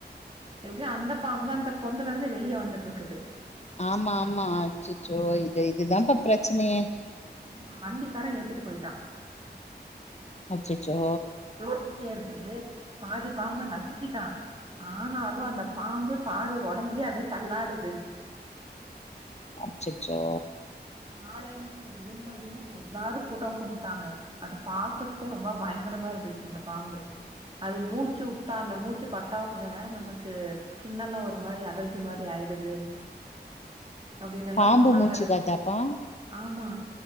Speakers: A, on the right; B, on the left.
A: எப்டியு அந்த பாம்புதா அந்த பொந்துல இருந்து வெளியே வந்துட்டு இருக்குது
B: ஆமா ஆமா அச்சச்சோ இது இதுதான்ப்பா பெரச்சனயே
A: ஆம்மா வண்டிகாரன் ஏத்திட்டு போயிட்டான்
B: அச்சச்சோ
A: ரோட்லயே இருக்குது பாதி பாம்ப நசுக்கிட்டா ஆனாலும் அந்த பாம்பு பாதி ஒடம்புலே அப்டியே தள்ளாடுது
B: அச்சச்சோ
A: காலையிலையே எழுந்ததுமே எல்லாரு கூட்டோ கூட்டிட்டாங்க அத பாக்கறதுக்கே ரொம்ப பயங்கரமா இருந்துச்சி அந்த பாம்பு அது மூச்சு உட்டா அந்த மூச்சு பட்டா கூட நமக்கு ஸ்கின் எல்லா ஒரு மாரி அலர்ஜி மாரி ஆயிடுது அப்டின்னு எல்லா
B: பாம்பு
A: சொன்னாங்க
B: மூச்சு
A: அது
B: காத்தாப்பா
A: ஆமா